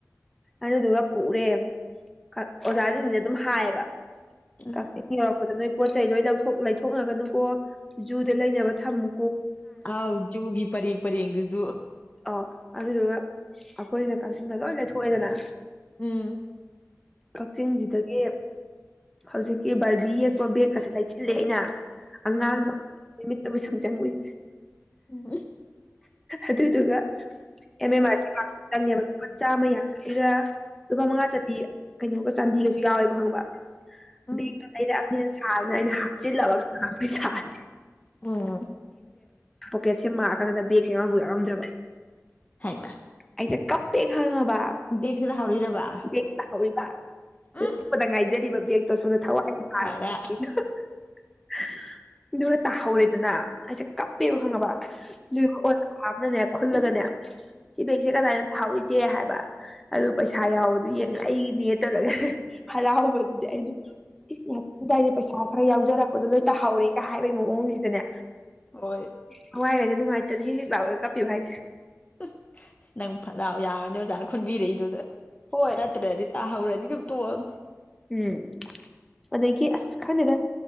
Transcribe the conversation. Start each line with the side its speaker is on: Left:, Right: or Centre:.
Centre: ꯑꯗꯨꯗꯨꯒ ꯄꯨꯔꯦ ꯑꯣꯖꯥꯁꯤꯡꯁꯤꯅ ꯑꯗꯨꯝ ꯍꯥꯏꯌꯦꯕ
Left: ꯎꯝ
Centre: ꯀꯛꯆꯤꯡ ꯌꯧꯔꯛꯄꯗ ꯅꯣꯏ ꯄꯣ ꯆꯩ ꯂꯣꯏ ꯂꯧ ꯊꯣꯛ ꯂꯩꯊꯣꯛꯅꯒꯅꯨꯀꯣ ꯖꯨꯗ ꯂꯩꯅꯕ ꯊꯝꯃꯨ
Left: ꯍꯥꯎ ꯖꯨꯒꯤ ꯄꯔꯦꯡ ꯄꯔꯦꯡ ꯗꯨꯖꯨ
Centre: ꯑꯣ ꯑꯗꯨꯗꯨꯒ ꯑꯩꯈꯣꯏꯁꯤꯅ ꯀꯛꯆꯤꯡꯁꯤꯗ ꯂꯣꯏ ꯂꯩꯊꯣꯛꯑꯦꯗꯅ
Left: ꯎꯝ
Centre: ꯀꯛꯆꯤꯡꯁꯤꯗꯒꯤ ꯍꯧꯖꯤꯛꯀꯤ ꯕꯥꯔꯕꯤ ꯑꯦꯛꯄ ꯕꯦꯛꯁꯗ ꯁꯦꯜꯂꯦ ꯑꯩꯅ ꯑꯉꯥꯡꯕ
Left: ꯎꯝ
Centre: ꯑꯗꯨ ꯁꯪ ꯆꯪ ꯎꯏ
Left: ꯎꯝ
Centre: ꯑꯗꯨꯏꯗꯨꯒ ꯑꯦꯝ ꯑꯦꯝ ꯑꯥꯔ ꯁꯤ ꯀ꯭ꯥꯂꯁꯇ ꯆꯪꯉꯦꯕ ꯂꯨꯄꯥ ꯆꯥꯝꯃ ꯌꯥꯡꯈꯩꯒ ꯂꯨꯄꯥ ꯃꯉꯥ ꯆꯞꯄꯤ ꯀꯩꯅꯣꯒ ꯆꯥꯟꯗꯤꯒꯁꯨ ꯌꯥꯎꯋꯦꯕ ꯈꯪꯉꯕ
Left: ꯎꯝ
Centre: ꯕꯦꯛꯇꯣ ꯂꯩꯔꯛꯑꯕꯅꯦꯅ ꯁꯥꯗꯅ ꯑꯩꯅ ꯍ ꯑꯣ ꯄꯩꯁꯥꯅꯦ
Left: ꯎꯝ
Centre: ꯕꯦꯛꯁꯦ ꯃꯥ ꯔꯥꯀꯟꯗ ꯕꯦꯒꯥꯁ ꯌꯥꯎꯕꯨ ꯌꯥꯎꯔꯝꯗ꯭ꯔꯕ
Left: ꯍꯩꯃ
Centre: ꯑꯩꯁꯦ ꯀꯞꯄꯦ ꯈꯪꯉꯝ ꯕ
Left: ꯕꯦꯛꯁꯤꯗ ꯍꯧꯔꯤꯔꯕ
Centre: ꯕꯦꯛ ꯇꯥꯍꯧꯔꯤꯕ
Left: ꯎꯝ
Centre: ꯂꯄꯗ ꯉꯥꯏꯖꯔꯤꯕ ꯕꯦꯛꯇꯣ ꯁꯣꯝꯗ ꯊꯋꯥꯏꯅꯉꯥꯏꯔ
Left: ꯐꯔꯦ
Centre: ꯍꯥ ꯍꯥ ꯑꯗꯨꯒ ꯇꯥꯍꯧꯔꯦꯗꯅ ꯍꯥꯏꯁꯦ ꯀꯞꯄꯦꯕ ꯈꯪꯉꯕ ꯑꯗꯨ ꯑꯣꯖꯥ ꯑꯃꯥꯅꯅꯦ ꯈꯨꯜꯂꯒꯅꯦ ꯁꯤ ꯕꯦꯛꯁꯦ ꯀꯅꯥꯏꯅꯣ ꯊꯥꯍꯧꯔꯤꯖꯦ ꯍꯥꯏꯕ ꯑꯗꯨ ꯄꯩꯁꯥ ꯌꯥꯎꯕꯗꯨ ꯌꯦꯡ ꯑꯩꯒꯤꯅꯦ ꯇꯧꯔꯒ ꯍꯔꯥꯎꯕꯖꯤ ꯑꯩꯗꯣ ꯏꯁ ꯉꯥꯛꯇ ꯗꯥꯏꯗ ꯄꯩꯁꯥ ꯈ ꯍꯧꯖꯔꯛꯄꯗꯣ ꯂꯣꯏ ꯇꯍꯧꯔꯦꯒ ꯍꯥꯏꯕꯩ ꯃꯑꯣꯡꯁꯤꯗꯅꯦ
Left: ꯍꯣꯏ
Centre: ꯍꯋꯥꯏ ꯅꯨꯡꯉꯥꯏꯇꯅ ꯍꯤꯛ ꯍꯤꯛ ꯂꯥꯎꯒꯩ ꯀꯞꯄꯤꯕ ꯍꯥꯏꯁꯦ
Left: ꯍꯨꯪ ꯅꯪ ꯐꯠꯂꯥꯎ ꯌꯥꯔ ꯑꯣꯖꯥꯅ ꯈꯟꯕꯤꯔꯛꯏꯗꯨꯗ
Centre: ꯍꯣꯏ
Left: ꯅꯠꯇ꯭ꯔꯗꯤ ꯇꯥꯍꯧꯔꯗꯤ ꯅꯤꯒ ꯇꯣꯛ ꯑꯝꯅꯤ
Centre: ꯎꯝ ꯑꯗꯒꯤ ꯑꯁ ꯈꯪꯗꯦꯗ